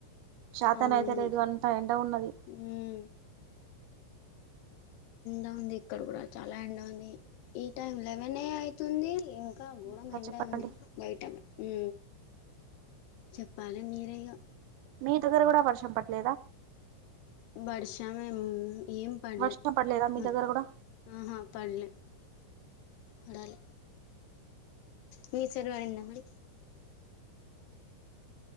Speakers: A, on the right (about 85°); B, on the left (about 80°).
A: చేతన
B: అవును
A: అయితే లేదు అంత ఎందగా ఉన్నది
B: మ్మ్ ఎ ఉంది ఇక్కడ కూడా చాలా ఎండ ఉంది ఈ టైమ్ లెవెన్ ఏ అయితుంది ఇంకా ఘరం
A: ఇంకా
B: ఎండ
A: చెప్పండి
B: ఉంది బయ్టమ ఆ చెప్పాలి మీరే ఇగ
A: మీ దగ్గర కూడా వర్షం పట్లేదా
B: వారం ఏం ఎం పడ్లేఆ
A: వర్షం పడలేదా మీ దగ్గర కూడా
B: ఆహా పడ్లే పడాలే మీ సైడ్ పడిందా మరి